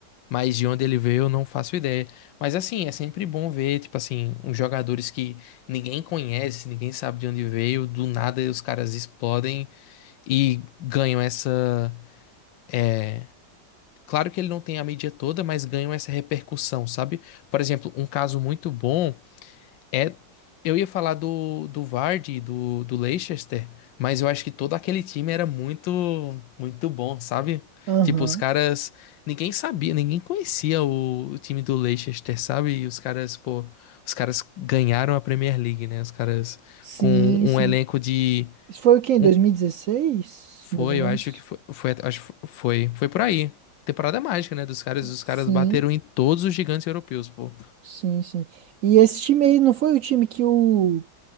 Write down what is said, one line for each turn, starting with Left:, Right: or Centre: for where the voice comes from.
Left: Mas de onde ele veio, eu não faço ideia. Mas assim, é sempre bom ver, tipo assim, uns jogadores que ninguém conhece, ninguém sabe de onde veio, do nada os caras explodem e ganham essa. é, Claro que ele não tem a mídia toda, mas ganham essa repercussão, sabe? Por exemplo, um caso muito bom. É, eu ia falar do, do Vardy, e do, do Leicester, mas eu acho que todo aquele time era muito, muito bom, sabe?
Right: Aham.
Left: Tipo, os caras, ninguém sabia, ninguém conhecia o, o time do Leicester, sabe? E os caras, pô, os caras ganharam a Premier League, né? Os caras
Right: Sim,
Left: com um
Right: sim.
Left: elenco de
Right: Isso foi o quê? Em
Left: um-
Right: 2016,
Left: foi,
Right: mais ou menos?
Left: eu acho que foi, foi, acho que foi, foi por aí. Temporada mágica, né? Dos caras, os
Right: Sim.
Left: caras bateram em todos os gigantes europeus, pô.
Right: Sim, sim. E esse time aí não foi o time que o